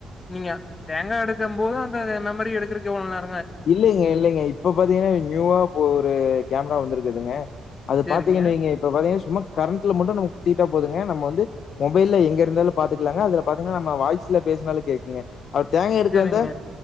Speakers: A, on the left; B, on the left.
A: நீங்க தேங்காய் எடுக்கும் போது அந்த மெமரி எடுக்கரக்கு எவ்வளவு நேர
B: இல்லைங்க இல்லைங்க இப்ப பாத்தீங்கன்னா நியூவா ஒரு கேமரா வந்திருக் குதுங்க அது
A: சேரிங்க
B: பாத்தீங்கின்ன நீங்க இப்ப பாத்தீங்க சும்மா கரண்ட்ல மட்டும் நமக் கத்துக்ககிட்டா போதுங்க நம்ம வந்து மொபைல்ல எங்க இருந்தாலும் பாத்துக்கலாங்க அதுல பாத்தீங்கினா நம்ம வாய்ஸ்ல பேசினாலும் கேக்குங்க அவரு தேங்காய் எடுக்க
A: சேரிங்க
B: வந்தா